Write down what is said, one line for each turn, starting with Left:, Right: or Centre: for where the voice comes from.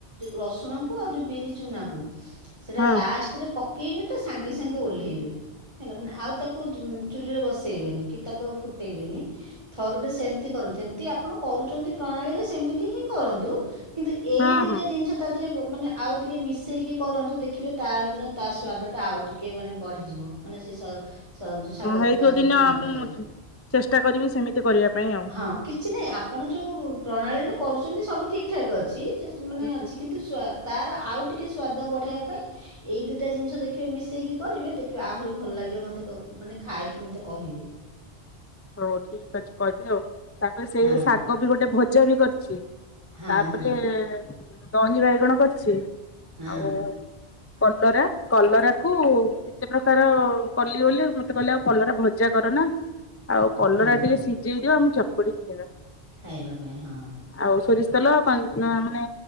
Right: ରସୁଣକୁ ଆଉ ଯେଉଁ ବିରି ଚୁନାକୁ ସେଟା
Left: ହଁ
Right: ଲାଷ୍ଟରେ ପ ପକେଇବେ ତା ସାଙ୍ଗେ ସାଙ୍ଗେ ଓହ୍ଲେଇବେ ହେଲା ମାନେ ଆଉ ତାକୁ ଚୁଲିରେ ବସେଇବେନି କି ତାକୁ ଆଉ ଫୁଟେଇବେନି ଥରୁ ଟ ସେମିତି କରନ୍ତୁ ଯେମିତି ଆପଣ କରୁଛନ୍ତି ପ୍ରଣାଳୀରେ ସେମିତି ହିଁ କରନ୍ତୁ କିନ୍ତୁ ଏଇ
Left: ହଁ
Right: ଦିଟା
Left: ହଁ
Right: ଜିନିଷ ତା ଦେହରେ ମାନେ ଆଉ ଟିକେ ମିଶେଇକି କରନ୍ତୁ ଦେଖିବେ ତା ଦିନ ତା ସ୍ଵାଦ ଟା ଆଉ ଟିକେ ମାନେ ବଢିଯିବ ମାନେ ସେ, ଶାଗ
Left: ହଁ ହେଇଥିବ
Right: ପକା ଯୋଉ
Left: ଦିନ
Right: ଚୁନା
Left: ମୁଁ
Right: ପକାରେ
Left: ଚେଷ୍ଟା କରିବି ସେମିତି କରିବା ପାଇଁ ଆଉ
Right: ହଁ କିଛି ନାଇଁ ଆପଣ ଯୋଉ ପ୍ରଣାଳୀରେ କରୁଛନ୍ତି ସବୁ ଠିକ ଠାକ୍ ଅଛି। ମାନେ
Left: ହୁଁ
Right: ଅଛି କିନ୍ତୁ ତାର ଆଉ ଟିକେ ସ୍ଵାଦ ବଢେଇବା ପାଇଁ ଏଇ ଦିଇଟା ଜିନିଷ ଦେଖିବେ ମିଶେଇକି କରିବେ ଦେଖିବେ ଆହୁରି ଭଲ ଲାଗିବ ମତେ ମାନେ ଖାଇକି ମତେ କହିବେ।
Left: ହଉ ଠିକ ଅଛି କରିବିଆଉ। ତାପରେ ସେଇ
Right: ହଁ
Left: ଶାଗ ବି ଗୋଟେ ଭ ଜବ୍ ବି କରିଛି।
Right: ହଁ
Left: ତାପରେ
Right: ହଁ
Left: ଦହି ବାଇଗଣ କରିଛି
Right: ହଁ
Left: ଆଉ କଲରା କଲରା କୁ ଏତେ ପ୍ରକାର କଲି ବୋଲିଲେ ମତେ କହିଲେ ଆଉ କଲରା ଭଜା କର ନା ଆଉ କଲର
Right: ହଁ
Left: ଟିକେ ସିଝେଇ ଦିିବ ଆମ ଚପ କରି କିଏ <inaudible>
Right: ଖାଇବା ପାଇଁ ହଁ,
Left: ଆଉ ସୋରିଷ ତେଲ ମାନେ